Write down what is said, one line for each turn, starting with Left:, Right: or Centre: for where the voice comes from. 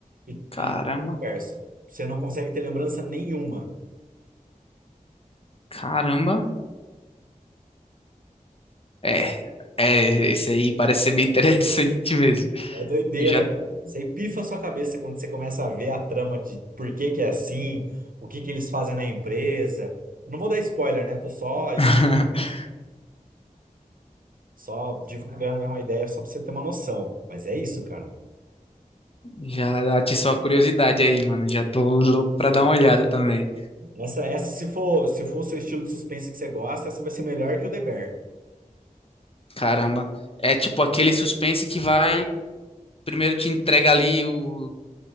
Right: E,
Left: Caramba,
Right: e vice-versa. Você não consegue ter lembrança nenhuma.
Left: caramba. É, é, esse aí parece ser bem interessante <laughs> mesmo.
Right: É doideira,
Left: Eu Já,
Right: cara. Você pifa a sua cabeça quando você começa a ver a trama de por que que é assim, o que que eles fazem na empresa. Eu não vou dar spoiler, né? Tô só aí,
Left: <laughs>
Right: só divagando mesmo a ideia, só pra você ter uma noção. Mas é isso, cara.
Left: já atiçou a curiosidade aí, mano. Já tô louco pra dar uma olhada também.
Right: Essa, essa se for, se for o seu estilo de suspense que você gosta, essa vai ser melhor que o The Bear.
Left: Caramba. É tipo aquele suspense que vai. Primeiro te entrega ali o